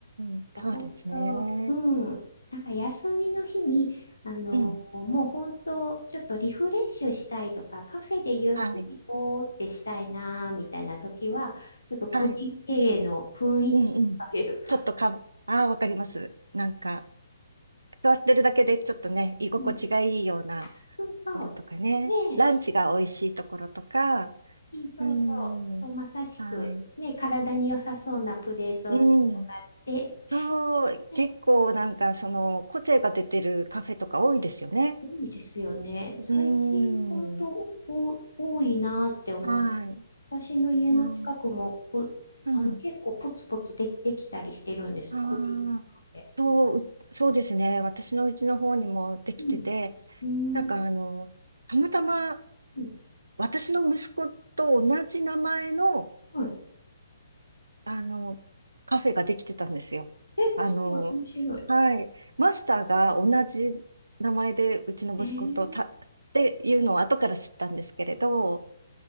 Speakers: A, on the right; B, on the left.
A: ん、
B: 本当、
A: そうですね。
B: うん。なんか休みの日に、あの、
A: うん、
B: もう本当、ちょっとリフレッシュしたいとか、カフェでゆっくりぼーってしたいな、
A: はい、
B: みたいな時は、ちょっと個人経営の雰囲気カフェとか。
A: はい、うん、うん。ちょっとか、ああ、わかります。なんか、座ってるだけでちょっとね、居心地がいいような。
B: うん。そうそう。
A: ころとかね。
B: ねえ、
A: ランチが美味しいところとか。
B: しそうそう。
A: うん。
B: そう、まさしく。
A: はい。
B: ねえ、体に良さそうなプレートセットがあって、
A: うん。そう、
B: ね
A: 結構なんかその個性が出てるカフェとか多いですよね。
B: 多いですよね。最近、
A: うん。
B: 本当お多いなって思って、
A: はい。
B: 私の家の近くも、
A: うん。
B: おあの、
A: うん。
B: 結構ポツポツで、できたりしてるんです、
A: ああ、
B: 個人のカフェ。
A: そう、うそうですね。私のうちの方にもできてて、
B: うん。
A: なんかあの、
B: うん。
A: たまたま
B: うん。
A: 私の息子と同じ名前の
B: はい。
A: あの、カフェができてたんですよ。
B: え、
A: あの、
B: すごい、面白い。
A: はい。マスターが同じ名前で、うちの息子とた、
B: えー、
A: っていうのを後から知ったんですけれど、